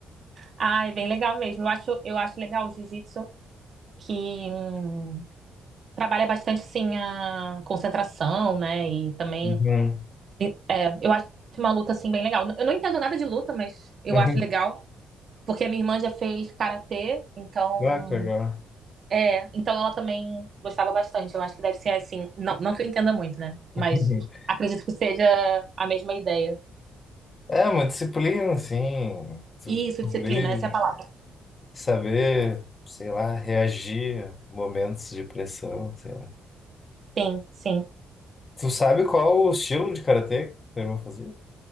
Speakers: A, on the right; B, on the left.
A: Ah, é bem legal mesmo. Eu acho, eu acho legal o jiu-jitsu, que hum, trabalha bastante assim a concentração, né? E também
B: Uhum.
A: é, eu acho uma luta assim bem legal. Eu não entendo nada de luta, mas eu
B: Uhum.
A: acho legal. Porque a minha irmã já fez karatê, então.
B: Ah, que legal.
A: É, então ela também gostava bastante. Eu acho que deve ser assim. Não, não que eu entenda muito, né?
B: <laughs>
A: Mas acredito que seja a mesma ideia.
B: É uma disciplina, assim, tu
A: Isso,
B: descobrir,
A: disciplina, essa é a palavra.
B: saber, sei lá, reagir a momentos de pressão, sei lá.
A: Sim, sim.
B: Tu sabe qual o estilo de karatê que tua irmã fazia?